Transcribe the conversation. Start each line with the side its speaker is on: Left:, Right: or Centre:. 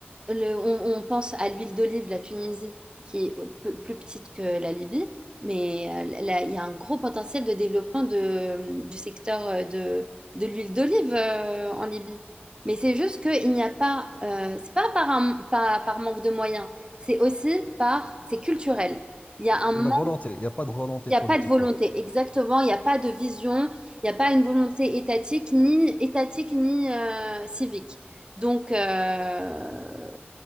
Right: le- on, on pense à l'huile d'olive, la Tunisie, qui est peu- plus petite que la Libye, mais euh, là, il y a un gros potentiel de développement de, du secteur euh, de, de l'huile d'olive euh, en Libye. Mais c'est juste qu'il n'y a pas... euh, c'est pas par, un- par, par manque de moyens, c'est aussi par... C'est culturel. Il y a
Left: c'est-
Right: un
Left: la volonté. Il n'y a pas de
Right: il
Left: volonté
Right: n'y
Left: politique,
Right: a pas de volonté,
Left: quoi.
Right: exactement. Il n'y a pas de vision. Il n'y a pas une volonté étatique, ni étatique, ni euh, civique. Donc, euh,